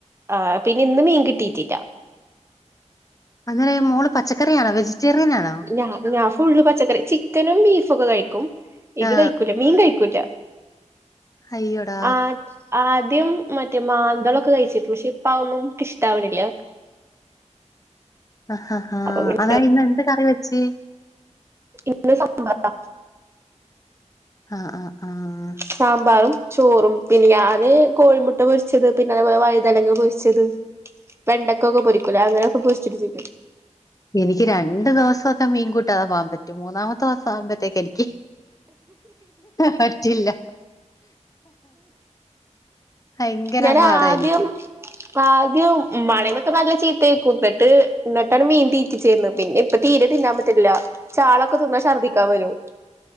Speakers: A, on the right (about 20°); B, on the left (about 30°).
A: ആഹ് പിന്നെ ഇന്ന് മീൻ കിട്ടിയിട്ടില്ല
B: അങ്ങനെ മോള് പച്ചക്കറിയാണൊ വെജിറ്റേറിയൻ ആണോ
A: ഞ ഞാൻ ഫുള്ള് പച്ചക്കറി ചിക്കനും ബീഫ് ഒക്കെ കഴിക്കും ഇത്
B: ആ
A: കഴിക്കൂല മീൻ കഴിക്കൂല
B: അയ്യോടാ
A: ആഹ് ആദ്യം മറ്റേ മാന്തളൊക്കെ കഴിച്ചിനി പക്ഷെ ഇപ്പ അതൊന്നും ഇൻക്ക് ഇഷ്ടവണില്ല
B: അഹ ഹാ
A: അപ്പൊ പിന്നെ
B: അതായ ഇന്ന് എന്ത് കറി വെച്ച്
A: ഇന്ന് സമ്പാറ
B: ആഹ് ആഹ് ആഹ്
A: സാമ്പാറും ചോറും പിന്നെ ഞാന് കോഴിമുട്ട പൊരിച്ചത് പിന്നെ അതേപോലെ വഴുതനങ്ങ പൊരിച്ചത് വെണ്ടക്കൊക്കെ പൊരിക്കൊല്ലോ അങ്ങനൊക്കെ പൊരിച്ചിട്ട് തി
B: എനിക്ക് രണ്ടു ദൊവസൊക്കെ മീൻകൂട്ടാതെ പോകാൻ പറ്റും മൂന്നാമത്തെ ദൊവസാവുമ്പത്തേക്കെനിക്ക് പറ്റില്ല ഭയങ്കര
A: ഞാൻ
B: പാടാ
A: ആദ്യം
B: എനിക്ക്
A: ആദ്യം മ്മാടേന്നൊക്കെ നല്ല ചീത്തേക്കും ന്നട്ട് ന്നട്ടാണ് മീന് തീ റ്റിച്ചിരുന്നെ പിന്നെ ഇപ്പ തീരെ തിന്നാൻ പറ്റൺല്ല ചാളൊക്കെ തിന്നാ ശർദിക്കാംവരും